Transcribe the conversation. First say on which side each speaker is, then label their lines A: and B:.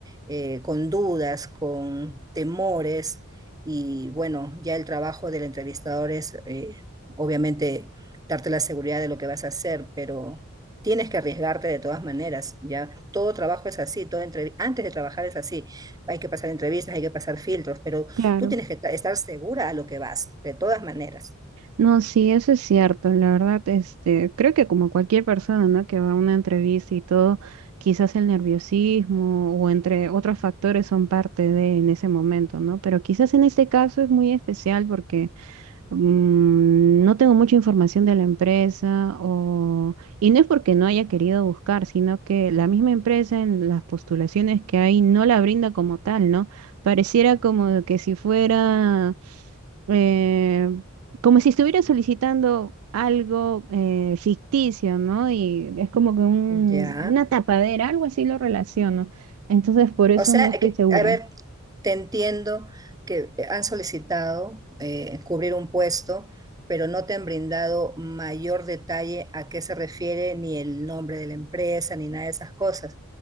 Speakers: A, on the right; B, on the right.
A: eh, con dudas, con temores y bueno, ya el trabajo del entrevistador es eh, obviamente darte la seguridad de lo que vas a hacer, pero Tienes que arriesgarte de todas maneras, ya. Todo trabajo es así, todo entrev- antes de trabajar es así. Hay que pasar entrevistas, hay que pasar filtros, pero
B: claro.
A: tú tienes que ta- estar segura a lo que vas, de todas maneras.
B: No, sí, eso es cierto, la verdad, este, creo que como cualquier persona, ¿no? que va a una entrevista y todo, quizás el nerviosismo o entre otros factores son parte de en ese momento, ¿no? Pero quizás en este caso es muy especial porque mm, no tengo mucha información de la empresa o... Y no es porque no haya querido buscar, sino que la misma empresa en las postulaciones que hay no la brinda como tal, ¿no? Pareciera como que si fuera... eh, como si estuviera solicitando algo eh, ficticio, ¿no? Y es como que un-
A: Ya.
B: una tapadera, algo así lo relaciono. Entonces, por eso
A: O sea,
B: no estoy
A: que-
B: segura.
A: a ver, te entiendo que han solicitado eh, cubrir un puesto, pero no te han brindado mayor detalle a qué se refiere, ni el nombre de la empresa, ni nada de esas cosas.